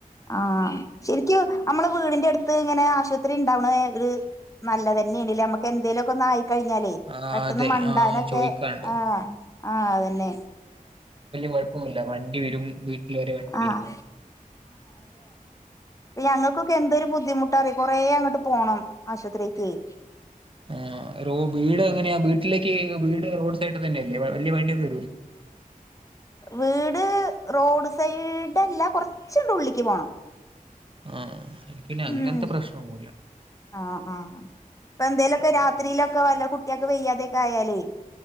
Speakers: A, on the left (about 20°); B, on the right (about 35°).
A: ആഹ് ശെരിക്കും നമ്മള് വീടിന്റെ അട്ത്ത്ങ്ങനെ ആ ശ്പത്രി ഉണ്ടാവ്ണേ ഒരു നല്ലതെന്നേണ്ല്ലേ മ്മക്ക് എന്തേങ്കിലൊക്കൊന്നായി കഴിഞ്ഞാലേയ്
B: ആ
A: പെട്ടന്ന്
B: അതെ
A: മണ്ടാനക്കെ
B: ആ ചോദിക്കാനുണ്ടോ
A: ആഹ് ആഹ് അതന്നെ
B: കൊഴപ്പമില്ല വണ്ടി വെരും വീട്ടിൽ വെരേ വണ്ടി വെരും.
A: ആഹ് ഞങ്ങക്കൊക്കെ എന്തൊരു ബുദ്ധിമുട്ടാറിയോ കൊറേ അങ്ങട്ട് പോണം ആശോത്രീകേയ്
B: ഏ റോ വീട് എങ്ങനെയാ വീട്ടിലേക്ക് വീട് റോഡ് സൈഡ് തന്നെയല്ലേ വല്ല്യേ വാഹന <unintelligible>
A: വീട് റോഡ് സൈഡല്ല കൊർച്ചങ്ങ്ണ്ട് ഉള്ളിക്ക് പോണം
B: ആഹ് എനിക്കിന്നെ അങ്ങനത്തെ
A: ഉം
B: പ്രശ്നോന്നൂല്ല
A: ആഹ് ആഹ് അപ്പന്തേലൊക്കെ
B: വരും
A: രാത്രിയിലൊക്കെ വല്ല കുട്ട്യാക്ക് വെയ്യാതെക്കെ ആയാലേ